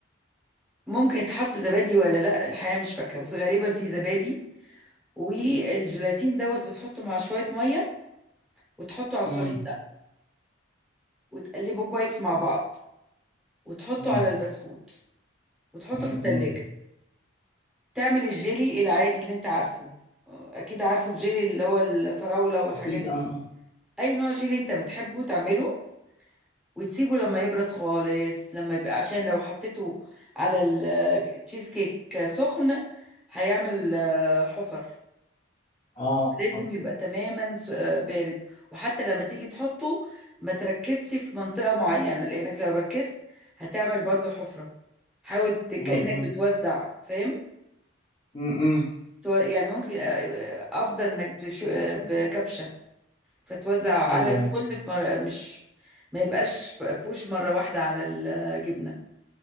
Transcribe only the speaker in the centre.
ممكن يتحط زبادي ولا لا الحقيقه مش فاكره بس غالبا في زبادي والجيلاتين دوت بتحطه مع شويه ميه وتحطه على
الخليط ده وتقلبه كويس مع بعض وتحطه
على البسكوت وتحطه
في التلاجة
تعمل الجيلي العادي اللي انت عارفه آه، اكيد عارفه الجيلي اللي هو الفراولة والحاجات
دي
اي نوع جيلي انت بتحبه تعمله وتسيبه لما يبرد خالص لما يبقى عشان لو حطيته على التشيز كيك سخن هيعمل آه، حفر
لازم
يبقى تماما س- آه، بارد وحتى لما تيجي تحطه ما تركزش في منطقة معينة لانك لو ركزت هتعمل برضو حفرة حاول ت-
كأنك
بتوزع فاهم
تو- يعني ممكن آه، آه، افضل انك بشو- آه، بكبشة فتوزع على
الكل
في مرة مش ما يبقاش بوش مرة واحدة على الجبنة